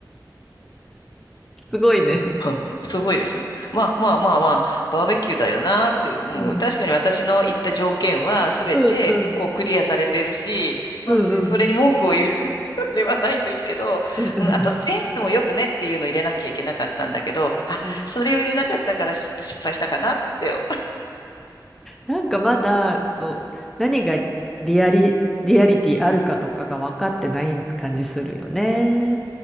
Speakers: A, in the centre; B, on the left.
A: すごいね。
B: <laughs> うんすごいでしょまあまあまあまあ、バーベキューだよなーって、うん、
A: うん。
B: 確かに私の言った条件は全てこうクリアされてるし、
A: うん。うん。
B: まあ別にそれに文句を言う
A: うん。うん
B: <laughs> あれはないんですけど、
A: うん
B: うん、あとセンスもよくねっていうのを入れなきゃいけなかったんだけど、あ、
A: うん。
B: それを入れなかったからちょっと失敗したかなって
A: なんかまだ、そう、何がリアリ、リアリティあるかとかが分かってない感じするよね。